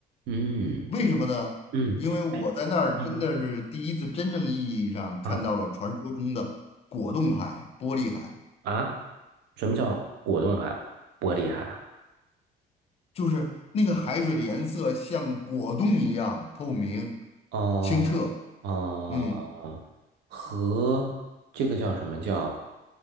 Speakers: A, on the right; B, on the left.
A: 嗯。
B: 为什么呢？
A: 嗯，
B: 因为我在那儿真的是第一次真正意义上看到了传说中的果冻海、
A: 哎，啊啊
B: 玻璃海，
A: 啊！什么叫果冻海、玻璃海？
B: 就是那个海水的颜色像果冻一样透明、
A: 哦哦，
B: 清澈，嗯，
A: 和这个叫什么叫